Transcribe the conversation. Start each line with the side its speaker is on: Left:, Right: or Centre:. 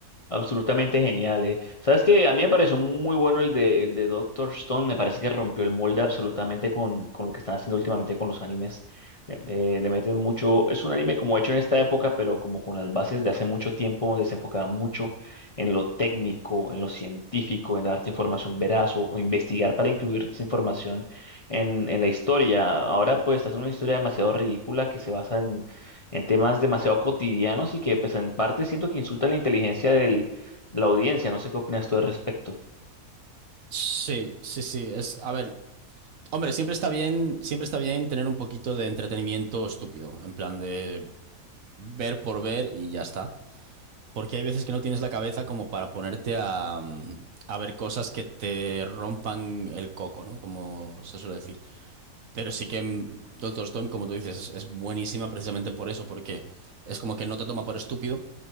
Left: Absolutamente genial, eh. Sabes que a mí me pareció muy bueno el de, el de Doctor Stone, me parece que rompió el molde absolutamente con, con lo que están haciendo últimamente con los animes. Le, eh, le meten mucho, es un anime como hecho en esta época, pero como con las bases de hace mucho tiempo, donde se enfocaba mucho en lo técnico, en lo científico, en darte información veraz o, o investigar para incluir esa información en, en la historia. Ahora pues está haciendo una historia demasiado ridícula que se basa en temas demasiado cotidianos y que pues en parte siento que insultan la inteligencia del- de la audiencia. No sé qué opinas tú al respecto.
Right: Sí, sí, sí. Es, a ver, hombre, siempre está bien, siempre está bien tener un poquito de entretenimiento estúpido, en plan de ver por ver y ya está. Porque hay veces que no tienes la cabeza como para ponerte a, mm, a ver cosas que te rompan el coco, ¿no? Como se suele decir. Pero sí que mm, Doctor Stone, como tú dices, es, es buenísima precisamente por eso, porque es como que no te toma por estúpido